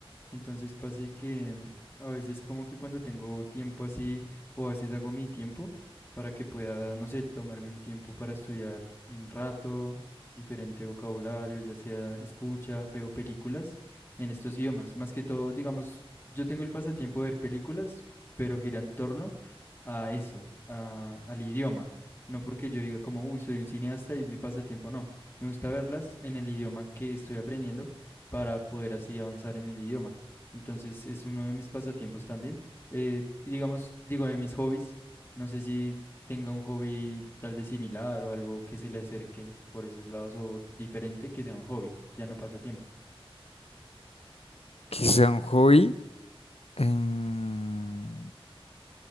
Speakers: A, on the left; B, on the left.
A: Entonces pasa y que a veces como que cuando tengo tiempo así, o a veces hago mi tiempo para que pueda, no sé, tomarme un tiempo para estudiar un rato, diferente vocabulario, ya sea escucha, veo películas en estos idiomas. Más que todo, digamos, yo tengo el pasatiempo de ver películas, pero gira en torno a eso, a, al idioma. No porque yo diga como, uy, soy un cineasta y es mi pasatiempo, no. Me gusta verlas en el idioma que estoy aprendiendo para poder así avanzar en el idioma. Entonces es uno de mis pasatiempos también. Eh, digamos, digo, de mis hobbies. No sé si tenga un hobby tal vez similar o algo que se le acerque por esos lados o diferente que sea un hobby, ya no pasatiempo.
B: quizá un hobby, Em,